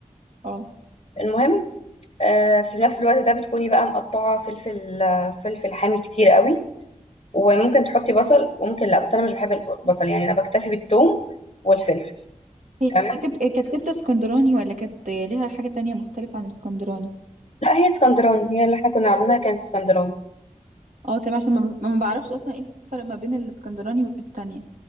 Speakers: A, on the right; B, on the left.
A: اه
B: المهم آه، في نفس الوقت ده بتكوني بقى مقطعة فلفل آه، فلفل حامي كتير قوي وممكن تحطي بصل وممكن لا بس انا مش بحب البصل يعني انا بكتفي بالثوم والفلفل
A: هي
B: تمام
A: هي كبد... كانت كبدة اسكندراني ولا كانت ليها حاجة تانية مختلفة عن الاسكندراني
B: لا هي اسكندراني هي اللي احنا كنا عاملينها كانت اسكندراني
A: اه تمام عشان ما, ما بعرفش اصلا ايه الفرق ما بين الاسكندراني والتانية